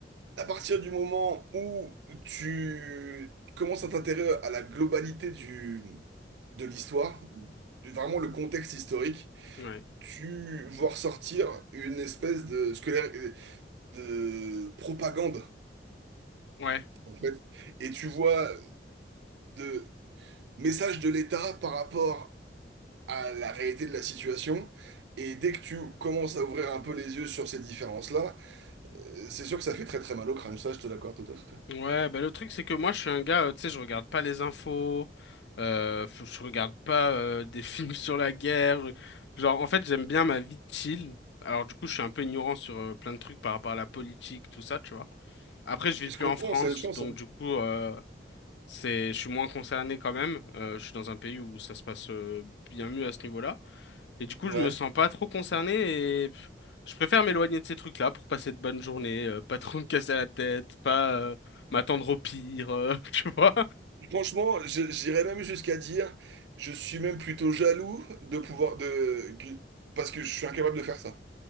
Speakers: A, on the right; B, on the left.
A: À partir du moment où tu commences à t'intéresser à la globalité du, de l'histoire, vraiment le contexte historique,
B: ouais.
A: tu vois ressortir une espèce de, scolaire, de propagande,
B: Ouais.
A: en fait. Et tu vois de messages de l'État par rapport à la réalité de la situation. Et dès que tu commences à ouvrir un peu les yeux sur ces différences-là, euh, c'est sûr que ça fait très très mal au crâne. Ça, je te l'accorde tout à fait.
B: Ouais, bah le truc c'est que moi je suis un gars, euh, tu sais, je regarde pas les infos, euh, f- je regarde pas euh, des <laughs> films sur la guerre. je- Genre en fait j'aime bien ma vie chill. Alors du coup je suis un peu ignorant sur euh, plein de trucs par rapport à la politique, tout ça, tu vois. Après je
A: Je
B: vis plus
A: comprends,
B: en France,
A: c'est une chance,
B: donc
A: hein.
B: du coup euh, c'est, je suis moins concerné quand même. Euh, je suis dans un pays où ça se passe euh, bien mieux à ce niveau-là. Et du coup,
A: Ouais.
B: je me sens pas trop concerné et pff, je préfère m'éloigner de ces trucs-là pour passer de bonnes journées, euh, pas trop <laughs> me casser la tête, pas euh, m'attendre au pire, euh, <laughs> tu vois.
A: Franchement, je- j'irais même jusqu'à dire, je suis même plutôt jaloux de pouvoir de que- parce que je suis incapable de faire ça.